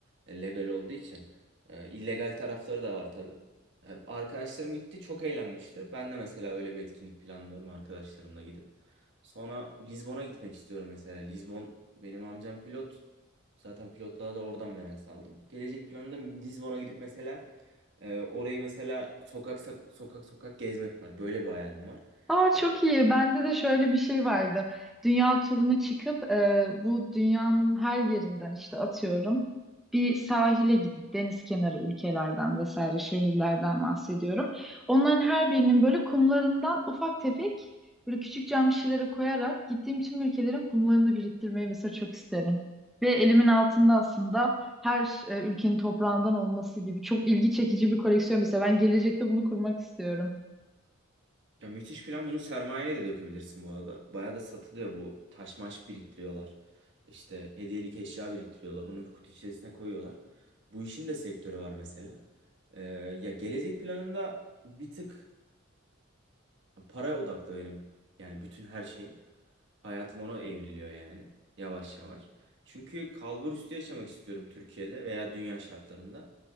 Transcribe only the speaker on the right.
E, legal olduğu için. E, illegal tarafları da var tabii. E, arkadaşlarım gitti çok eğlenmişti. Ben de mesela öyle bir etkinlik planlıyorum arkadaşlarımla gidip. Sonra Lizbon'a gitmek istiyorum mesela. Lizbon benim amcam pilot. Zaten pilotluğa da oradan merak saldım. Gelecek planımda Lizbon'a gidip mesela ee, orayı mesela sokak sak- sokak sokak gezmek var. Böyle bir hayalim var.
Ya,
ya müthiş plan. Bunu sermayeye de dökebilirsin bu arada. Bayağı da satılıyor bu. Taş maş biriktiriyorlar. İşte hediyelik eşya biriktiriyorlar. Onu bir kutu içerisine koyuyorlar. Bu işin de sektörü var mesela. Ee, ya gelecek planında bir tık Para odaklı benim. Yani bütün her şeyim. Hayatım ona evriliyor yani. Yavaş yavaş. Çünkü kalbur üstü yaşamak istiyorum Türkiye'de veya dünya şartlarında.